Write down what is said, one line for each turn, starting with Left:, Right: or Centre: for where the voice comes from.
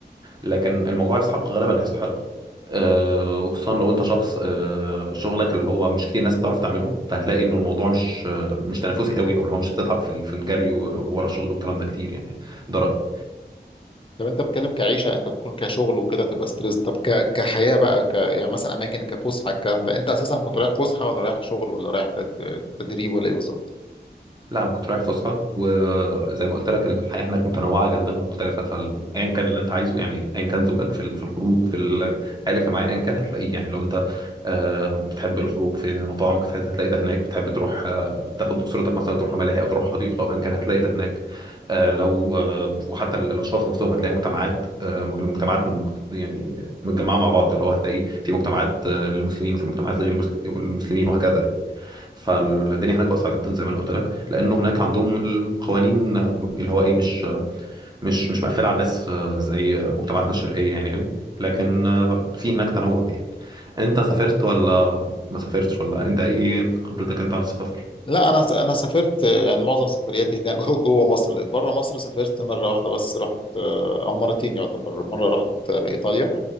Right: لكن الموضوع يستحق غالبا يستحق آه، وخصوصا لو انت شخص آه، شغلك اللي هو مش كتير ناس بتعرف تعمله فهتلاقي انه الموضوع مش آه، مش تنافسي قوي او اللي هو مش هتتعب في ال- في الجري و- ورا الشغل والكلام ده كتير يعني ده رأيي
Left: طب انت بتتكلم كعيشه انت بتكون كشغل وكده تبقى ستريس طب ك... كحياه بقى ك... يعني مثلا اماكن كفسحه الكلام ده انت اساسا كنت رايح فسحه ولا رايح شغل ولا رايح تد... تدريب ولا ايه بالظبط
Right: لا انا كنت رايح فسحه وزي ما قلت لك الحياه هناك متنوعه جدا ومختلفه فايا كان اللي انت عايزه يعني ايا كان ذوقك في ال- في الخروج في الحياه الاجتماعيه ايا كان هتلاقيه يعني لو انت آه، بتحب الخروج في مطاعم وكافيهات هتلاقي ده هناك بتحب تروح آه، تاخد اسرتك مثلا تروح ملاهي او تروح حديقه او ايا كان هتلاقي ده هناك آه، لو آه، وحتى ال- الاشخاص نفسهم هتلاقي مجتمعات آه، المجتمعات من- يعني متجمعه مع بعض اللي هو هتلاقي في مجتمعات آه، للمسلمين وفي مجتمعات لغير المسلمين وهكذا فالدنيا هناك واسعه جدا زي ما انا قلت لك لانه هناك عندهم القوانين اللي هو ايه مش مش مش مقفله على الناس زي مجتمعاتنا الشرقيه يعني قوي لكن في هناك تنوع يعني انت سافرت ولا ما سافرتش ولا انت ايه خبرتك انت عن السفر
Left: لا انا س... انا سافرت يعني معظم سفرياتي هنا <laughs> جو- جوه مصر بره مصر سافرت مره واحده بس رحت او مرتين يعتبر مره رحت ايطاليا